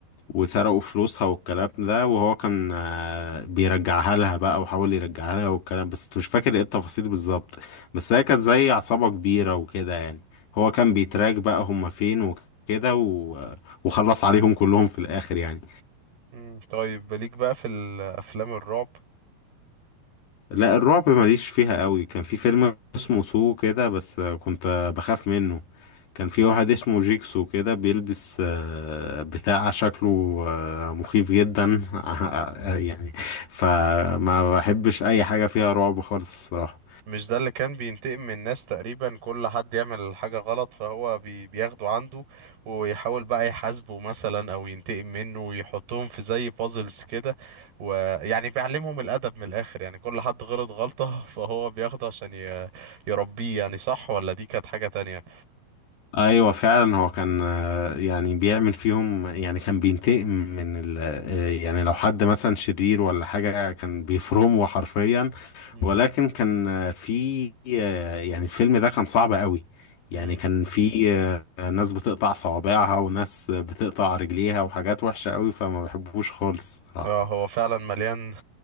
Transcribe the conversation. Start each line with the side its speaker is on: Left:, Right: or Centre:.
Left: وسرقوا فلوسها والكلام ده وهو كان آه، بيرجعها لها بقى وحاول يرجعها لها والكلام بس مش فاكر ايه التفاصيل بالظبط بس هي كانت زي عصابة كبيرة وكده يعني هو كان بيتراك بقى هما فين وكده و- آه، وخلص عليهم كلهم في الآخر يعني
Right: مم. طيب ليك بقى في الأفلام الرعب
Left: لا الرعب ماليش فيها قوي كان في فيلم اسمه سو كده بس كنت بخاف منه كان في واحد اسمه جيكسو كده بيلبس آه، بتاع شكله آه، مخيف جدا <laughs> يعني فما بحبش اي حاجة فيها رعب خالص الصراحة
Right: مش ده اللي كان بينتقم من الناس تقريبا كل حد يعمل حاجة غلط فهو بي بياخده عنده ويحاول بقى يحاسبه مثلا او ينتقم منه ويحطهم في زي بازلز كده ويعني بيعلمهم الأدب من الآخر يعني كل حد غلط غلطة <laughs> فهو بياخده عشان ي... يربيه يعني صح ولا دي كانت حاجة تانية
Left: ايوه فعلا هو كان آه، يعني بيعمل فيهم يعني كان بينتقم من ال آه، يعني لو حد مثلا شرير ولا حاجه كان بيفرمه حرفيا
Right: امم
Left: ولكن كان آه، في آه، يعني الفيلم ده كان صعب قوي يعني
Right: امم
Left: كان في آه، ناس بتقطع صوابعها وناس بتقطع رجليها وحاجات وحشه قوي فما بحبوش خالص صراحه
Right: اه هو فعلا مليان